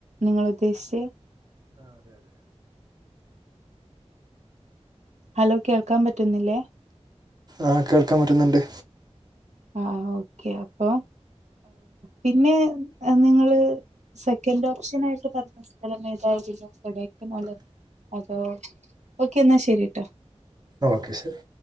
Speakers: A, on the right; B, on the right.
A: നിങ്ങളുദ്ദേശിച്ചേ?
B: ആഹ് ആതെ അതെ അതെ.
A: ഹലോ കേൾക്കാൻ പറ്റുന്നില്ലേ?
B: ആഹ് കേൾക്കാൻ പറ്റുന്നുണ്ട്.
A: ആ ഓക്കെ അപ്പൊ പിന്നെ നിങ്ങള്.... സെക്കൻ്റോപ്ഷനായിട്ട് പറഞ്ഞ സ്ഥലം ഏതായിരുന്നു കൊടൈകനാലോ? അതോ ഓക്കെ ന്നാ ശരിട്ടോ.....
B: ഓക്കെ ശരി....